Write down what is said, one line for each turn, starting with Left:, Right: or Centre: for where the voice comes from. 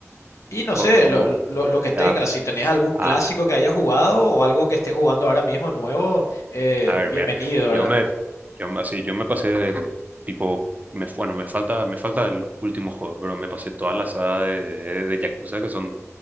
Left: Y no
Right: co-
Left: sé,
Right: como,
Left: lo, lo- lo que tengas,
Right: ya,
Left: si tenés algún
Right: ah,
Left: clásico que hayas jugado o algo que estés jugando ahora mismo nuevo, eh,
Right: A ver,
Left: bienvenido,
Right: mira, yo
Left: ¿verdad?
Right: me, yo me- así, yo me pasé de tipo, me, bueno, me falta, me falta el último juego, pero me pasé toda la saga de, de, de Yakuza que son